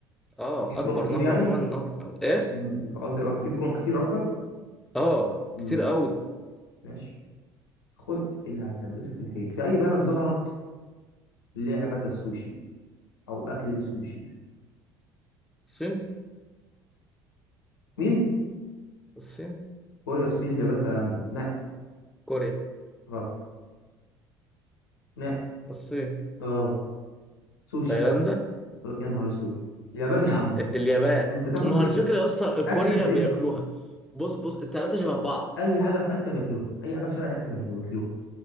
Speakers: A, in the centre; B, on the left.
A: أه
B: في فروع
A: أكبر
B: كتير
A: نهر
B: يعني
A: عموما نهر الأمازون إيه؟
B: امم قصدي آه، في فروع كتير قصدك
A: أه
B: امم
A: كتير قوي
B: ماشي خد اللي هتلبسها في الحيط في اي بلد ظهرت لعبة السوشي او اكلة السوشي
A: الصين
B: مين
A: الصين
B: كوريا الصين اليابان تايلاندا نقي
A: كوريا
B: غلط نقي
A: الصين
B: غلط سوشي
A: تايلاندا
B: يا نهار اسود اليابان يا عم
A: ال- اليابان
B: انت تاخد
A: ما
B: صفر
A: هو الفكرة يا اسطى
B: اتخن
A: كوريا
B: صفر
A: بياكلوها بص بص التلاتة شبه بعض
B: اي حاجه في اسيا بياكلوها اي حاجه في شرق اسيا بياكلوها